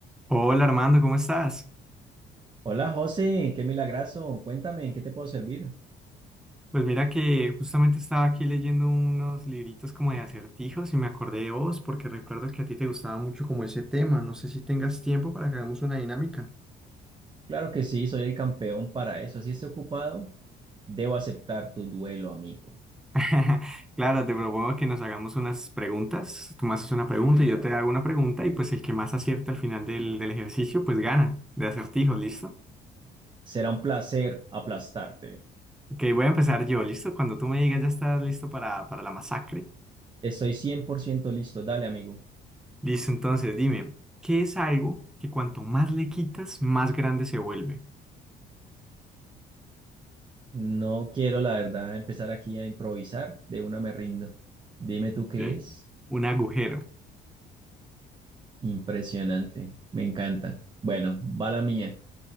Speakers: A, in the centre; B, on the right.
A: Hola Armando, ¿cómo estás?
B: Hola José, qué milagrazo. Cuéntame, ¿en qué te puedo servir?
A: Pues mira que justamente estaba aquí leyendo unos libritos como de acertijos y me acordé de vos porque recuerdo que a ti te gustaba mucho como ese tema. No sé si tengas tiempo para que hagamos una dinámica.
B: Claro que sí, soy el campeón para eso. Así esté ocupado, debo aceptar tu duelo, amigo.
A: <laughs> Claro, te propongo que nos hagamos unas preguntas. Tú me haces una pregunta y yo te hago una pregunta y pues el que más acierte al final del, del ejercicio pues gana de acertijos, ¿listo?
B: Será un placer aplastarte.
A: Ok, voy a empezar yo, ¿listo? Cuando tú me digas ya estás listo para, para la masacre.
B: Estoy 100% listo. Dale, amigo.
A: Listo, entonces dime, ¿qué es algo que cuanto más le quitas, más grande se vuelve?
B: No quiero, la verdad, empezar aquí a improvisar. De una me rindo. Dime tú qué
A: Sí.
B: es.
A: Un agujero.
B: Impresionante. Me encanta. Bueno, va la mía.